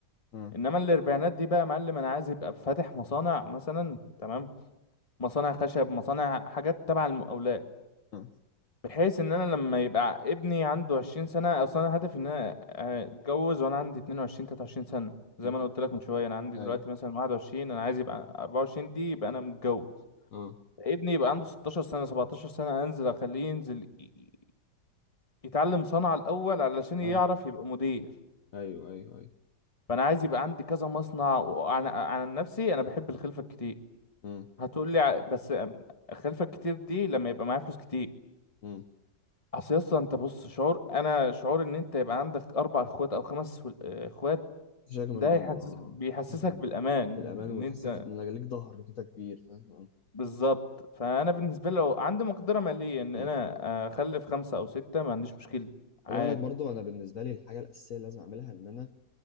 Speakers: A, on the left; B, on the left.
A: مم.
B: انما الاربعينات دي بقى يا معلم انا عايز يبقى فاتح مصانع مثلا تمام مصانع خشب مصانع حاجات تبع المقاولات
A: مم.
B: بحيث ان انا لما يبقى ابني عنده 20 سنه اصلا انا هدفي ان انا اتجوز وانا عندي 22 23 سنه زي
A: مم.
B: ما انا قلت لك من شويه انا عندي
A: ايوه
B: دلوقتي مثلا 21 انا عايز يبقى 24 دي يبقى انا متجوز
A: اه
B: ابني يبقى عنده 16 سنه 17 سنه انزل اخليه ينزل ي- ي- يتعلم صنعه الاول علشان يعرف
A: اه
B: يبقى مدير
A: ايوه ايوه ايوه
B: فانا عايز يبقى عندي كذا مصنع وعن عن نفسي انا بحب الخلفه الكتير
A: مم.
B: هتقول لي ع- بس أم- الخلفه الكتير دي لما يبقى معايا فلوس كتير
A: مم.
B: اصل اصلا انت بص شعور انا شعور ان انت يبقى عندك اربع اخوات او خمس ول- اخوات
A: مفيش اجمل
B: ده
A: منه
B: يحسس
A: اه
B: بيحسسك
A: مفيش أجمل
B: بالامان
A: منه. بالامان
B: ان
A: وتحس
B: انت
A: ان ليك ظهر كده كبير فاهم آه.
B: بالظبط فانا بالنسبه لي لو عندي مقدره ماليه ان
A: مم.
B: انا اخلف خمسه او سته ما عنديش مشكله عادي
A: خلي بالك برضو انا بالنسبه لي الحاجه الاساسيه اللي لازم اعملها ان انا